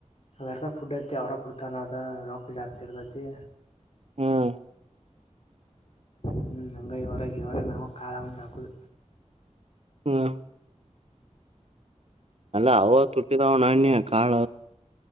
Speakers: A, on the left; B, on the right.
A: ಅವರ್ದ ಫುಡ್ ಐತಿ ಅವ್ರ ಕೊಡ್ತಾರ ಅದ ರೋಪಿ ಜಾಸ್ತಿ ಇರ್ತೈತಿ
B: ಹ್ಮ್
A: ಹ್ಮ್ ನಂಗೈ ಹೊರಗೆ ಹೊರಗೆ ನಾ ಕಾಲಂದು ಹಾಕುದು
B: ಹ್ಮ್ ಅಲ್ಲ ಅವ ತುಟ್ಟಿದಾವ ನಾಣ್ಯ ಕಾಳ